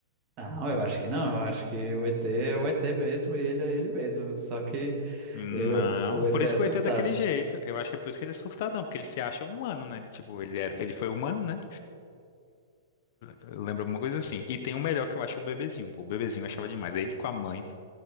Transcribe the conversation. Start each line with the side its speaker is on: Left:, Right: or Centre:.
Right: Não, eu acho que não, eu acho que o ET é o ET mesmo e ele é ele mesmo, só que
Left: Não,
Right: Eu, eu vou até
Left: por isso
Right: assustado.
Left: que o ET é daquele jeito. Eu acho que é por isso que ele é surtadão, porque ele se acha humano, né? Tipo, ele era, ele foi humano, né? Eu lembro alguma coisa assim. E tem o melhor que eu acho o bebezinho, pô. O bebezinho eu achava demais. É ele com a mãe, pô.